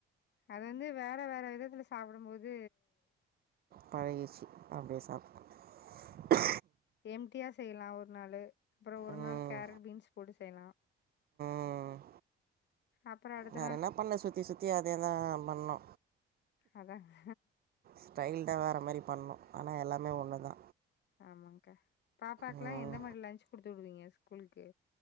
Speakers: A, on the left; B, on the right.
A: அது வந்து வேற வேற விதத்துல சாப்டும் போது
B: பழகிச்சி அப்டியே சாப்ட்டு
A: எம்டியா செய்யலா ஒரு நாளு அப்புற ஒரு
B: ம்
A: நாள் கேரட் பீன்ஸ் போட்டு செய்யலா
B: ம்
A: அப்புற அடுத்து
B: வேற என்ன பண்ண சுத்தி சுத்தி அதேதா பண்ணு
A: அதாங்க
B: ஸ்டைல்தா வேற மாரி பண்ணு ஆனா எல்லாமே ஒன்னுதா
A: ஆமாக்கா பாப்பாக்கெல்லா
B: ம்,
A: எந்த மாரி லன்ச் குடுத்து விடுவீங்க ஸ்கூலுக்கு